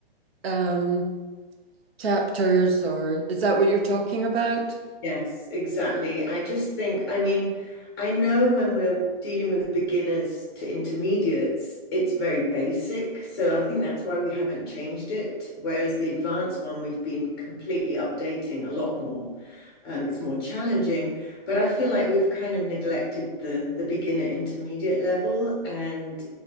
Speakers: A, on the right (about 80°); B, on the left (about 25°).
A: um chapters or is that what you're talking about?
B: Yes, exactly. I just think, I mean, I know when we're dealing with beginners to intermediates, it's very basic. So I think that's why we haven't changed it. Whereas the advanced one, we've been completely updating a lot more. Um, it's more challenging, but I feel like we've kind of neglected the the beginner intermediate level. And